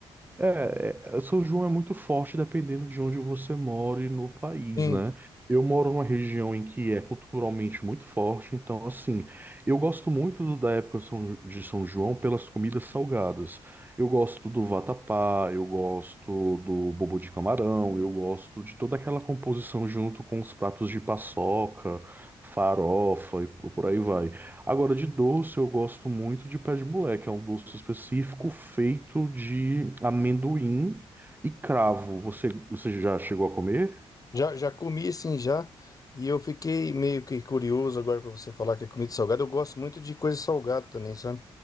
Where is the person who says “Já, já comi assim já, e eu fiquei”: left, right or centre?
Left